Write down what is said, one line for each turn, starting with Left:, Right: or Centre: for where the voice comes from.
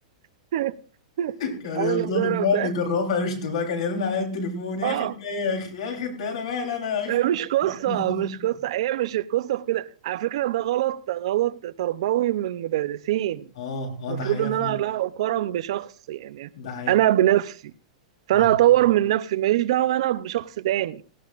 Right: <laughs>
Left: كان
Right: انا
Left: يفضلوا
Right: اللي مجرب
Left: فاهم
Right: ده
Left: يكرهوا في عيشته بقى كان يرن عليا التليفون يا
Right: اه
Left: اخي إنت إيه يا اخي يا اخي إنت انا مالي انا يا اخي
Right: هي مش قصه
Left: <laughs>
Right: مش قصه هي مش القصه في كده على فكره ده غلط غلط تربوي من المدرسين
Left: اه
Right: المفروض
Left: اه ده حقيقة
Right: ان
Left: فعلا
Right: انا لا اقارن بشخص يعني
Left: ده حقيقة
Right: انا بنفسي فانا
Left: ده حقيقة.
Right: اطور من نفسي ماليش دعوه انا بشخص تاني